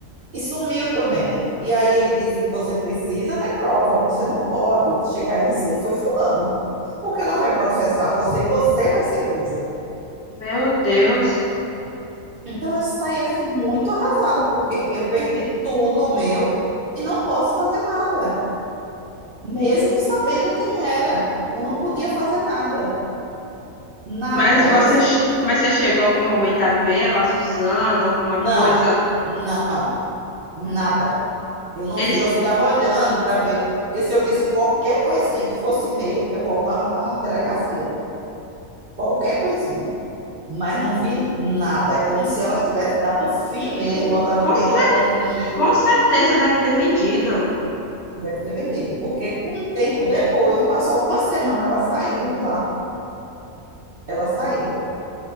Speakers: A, on the right; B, on the left.
A: E sumiu também. E aí ele disse: você precisa ter prova, você não pode chegar e dizer, foi fulano. Porque ela vai processar você e você vai ser presa.
B: Meu Deus.
A: E- Então eu saí assim muito arrasada, porque eu perdi tudo meu e não posso fazer nada, mesmo sabendo quem era. Eu não podia fazer nada, nada.
B: Mas você,
A: Eu
B: che- mas você chegou algum momento a ver elas usando alguma coisa?
A: Não, não, nada. Eu não
B: Eles
A: vi, eu ficava olhando para ver, porque se eu visse qualquer coisinha que fosse meu, eu voltava na delegacia, qualquer coisinha. Mas não vi nada. É como se elas tivessem dado fim mesmo, botado
B: com,
A: bem
B: cer-
A: longe.
B: com certeza devem ter vendido.
A: Deve ter vendido, porque com um tempo depois, passou algumas semanas, elas saíram de lá, elas saíram